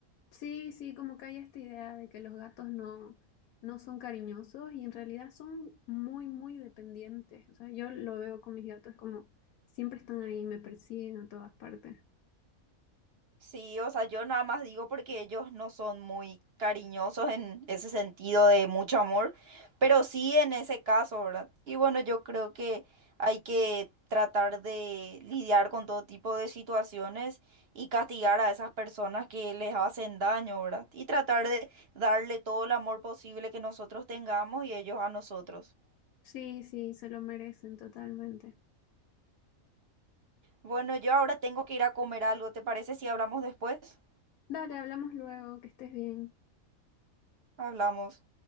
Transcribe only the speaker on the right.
Sí, o sea, yo nada más digo porque ellos no son muy cariñosos en ese sentido de mucho amor, pero sí en ese caso, ¿verdad? Y bueno, yo creo que hay que tratar de lidiar con todo tipo de situaciones y castigar a esas personas que les hacen daño, ¿verdad? Y tratar de darle todo el amor posible que nosotros tengamos y ellos a nosotros.
Bueno, yo ahora tengo que ir a comer algo, ¿te parece si hablamos después?
Hablamos.